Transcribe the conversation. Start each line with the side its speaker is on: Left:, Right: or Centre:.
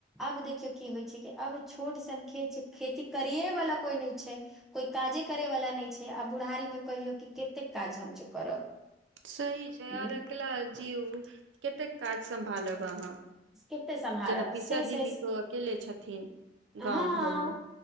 Centre: आब देखियौ की होइ छै कि आब छोट सन खेत छै खेती करियेवला कोइ नहि छै कोइ काजे करयवला नहि छै आ बुढ़ारीमे कहियौ कि कतेक काज हमसभ करब
Right: सही छै
Centre: ह
Right: आर अकेला जीव कतेक काज सम्भालब अहाँ
Centre: कते सम्हारब
Right: जेना पिसाजी
Centre: से से
Right: भी तो अकेले छथिन गाँव
Centre: हँ
Right: घरमे